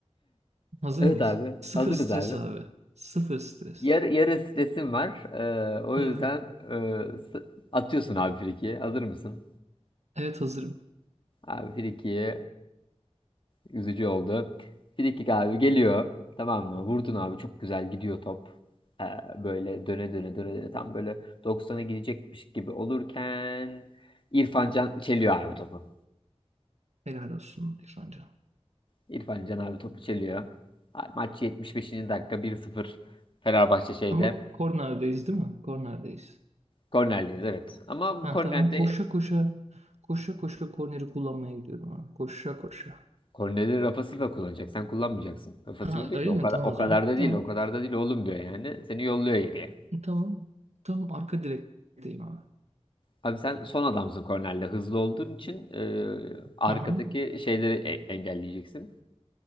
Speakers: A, on the right; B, on the left.
A: Hazır
B: Evet
A: mıyız?
B: abi.
A: Sıfır
B: Hazırız
A: stres
B: abi.
A: abi. Sıfır stres.
B: Yar, yarı stresim var. Ee, o
A: Aynen.
B: yüzden e, s- atıyorsun abi frikiyi. Hazır mısın?
A: Evet hazırım.
B: Abi frikiyi üzücü oldu. Frikik abi geliyor. Tamam mı? Vurdun abi. Çok güzel gidiyor top. Ee, böyle döne döne döne döne. Tam böyle 90'a gidecekmiş gibi olurken İrfan Can çeliyor abi topu.
A: Helal olsun İrfancan.
B: İrfan Can abi topu çeliyor. Ha, Maç 75. dakika 1-0 Fenerbahçe şeyde.
A: Ama kornerdeyiz değil mi? Kornerdeyiz.
B: Kornerliyiz evet. Ama
A: Ha
B: bu kornerde
A: tamam ben koşa koşa koşa koşa korneri kullanmaya gidiyorum abi. Koşa koşa.
B: Kornerleri Rafa Silva kullanacak. Sen kullanmayacaksın. Rafa
A: Ha
B: Silva diyor
A: öyle
B: ki o
A: mi?
B: kadar,
A: Tamam
B: o
A: o
B: kadar
A: zaman.
B: da
A: Tamam.
B: değil, o kadar da değil oğlum diyor yani. Seni yolluyor geriye.
A: Tamam. Tamam arka direkteyim abi.
B: Abi sen son adamsın kornerde. Hızlı olduğun için e, arkadaki
A: Hı hı.
B: şeyleri e- engelleyeceksin.